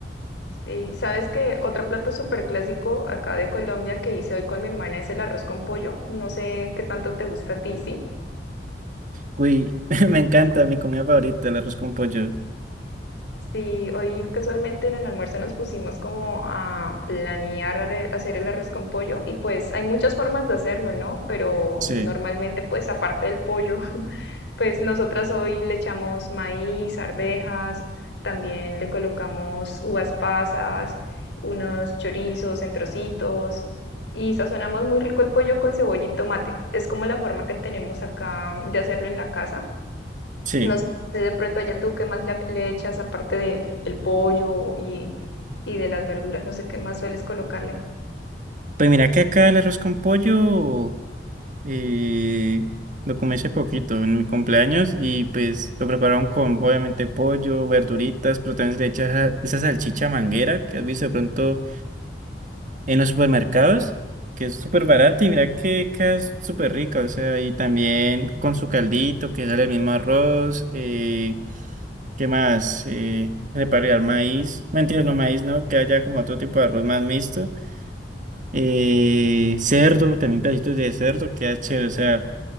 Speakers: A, on the left; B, on the right.
A: Sí, sabes que otro plato súper clásico acá de Colombia que hice hoy con mi hermana es el arroz con pollo. No sé qué tanto te gusta a ti, ¿sí?
B: Uy, <laughs> me encanta mi comida favorita, el arroz con pollo.
A: Sí, hoy casualmente en el almuerzo nos pusimos como a planear are- hacer el arroz con pollo y pues hay muchas formas de hacerlo, ¿no? Pero
B: Sí,
A: normalmente pues aparte del pollo, <laughs> pues nosotras hoy le echamos maíz, arvejas, también le colocamos uvas pasas, unos chorizos en trocitos y sazonamos muy rico el pollo con cebolla y tomate. Es como la forma que tenemos acá de hacerlo en la casa.
B: sí.
A: No sé, de pronto allá tú qué más le, le echas aparte de el pollo y, y de las verduras, no sé qué más sueles colocarle.
B: Pues mira que acá el arroz con pollo eh, lo comí hace poquito en mi cumpleaños y pues lo prepararon con obviamente pollo, verduritas, pero también se le echa esa, esa salchicha manguera que has visto de pronto en los supermercados, que es súper barata y mira que, que es súper rica, o sea, y también con su caldito que sale el mismo arroz, eh, ¿qué más? Eh, le puede agregar maíz, mentira, no maíz, ¿no? Que haya como otro tipo de arroz más mixto. eh, cerdo, también pedacitos de cerdo, queda chévere. O sea,